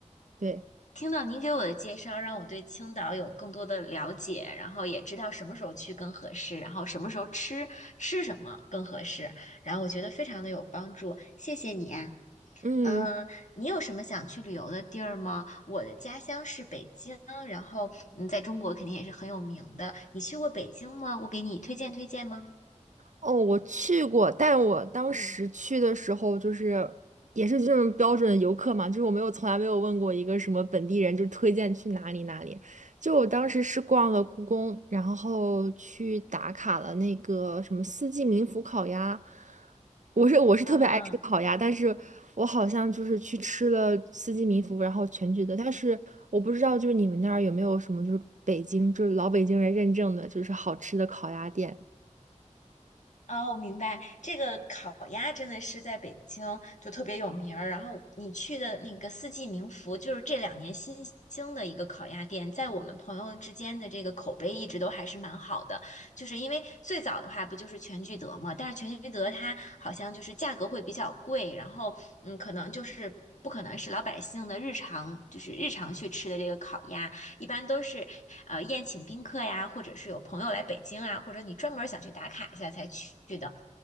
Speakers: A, on the right (about 70°); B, on the left (about 70°).
A: 对，
B: 听到您给我的介绍，让我对青岛有更多的了解，然后也知道什么时候去更合适，然后什么时候吃吃什么更合适，然后我觉得非常的有帮助，谢谢你啊
A: 嗯，
B: 嗯，你有什么想去旅游的地儿吗？我的家乡是北京，然后嗯，在中国肯定也是很有名的。你去过北京吗？我给你推荐推荐吗？
A: 哦，我去过，但我当时去的时候就是也是这种标准的游客嘛，就是我没有从来没有问过一个什么本地人，就推荐去哪里哪里。就我当时是逛了故宫，然后去打卡了那个什么四季民福烤鸭。我是我是特别爱吃烤鸭，
B: 啊，
A: 但是我好像就是去吃了四季民福，然后全聚德，但是我不知道就是你们那儿有没有什么就是北京就是老北京人认证的就是好吃的烤鸭店。
B: 哦，明白。这个烤鸭真的是在北京就特别有名儿。然后你去的那个四季民福，就是这两年新兴的一个烤鸭店，在我们朋友之间的这个口碑一直都还是蛮好的。就是因为最早的话不就是全聚德嘛，但是全聚德它好像就是价格会比较贵，然后嗯，可能就是不可能是老百姓的日常，就是日常去吃的这个烤鸭。一般都是呃宴请宾客呀，或者是有朋友来北京啊，或者你专门想去打卡一下才去的。